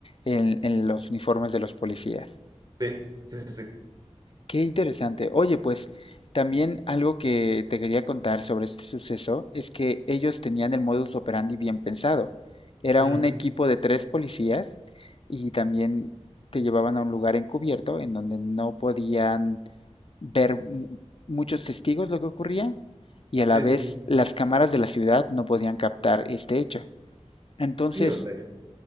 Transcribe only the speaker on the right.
Sí, sí, sí, sí.
Ujú.
Sí,
sí, sí.
Sí, o sea, yo.